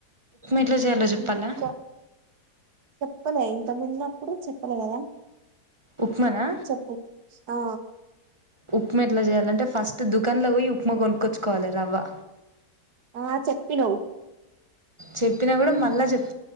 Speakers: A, on the right; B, on the right.
A: ఎట్లా చేయాలో చెప్పాలా
B: ఇంకా చెప్పలే ఇంతమున్నప్పుడు చెప్పలే కదా
A: ఉప్మానా
B: చెప్పు ఆ
A: ఉప్మా ఎట్లా చేయాలంటే ఫస్ట్ దుకాన్ లో వోయి ఉప్మా కొనుక్కొచ్చుకోవాలి రవ్వ.
B: ఆ చెప్పినవ్
A: చెప్పిన కూడా మళ్ళా చెప్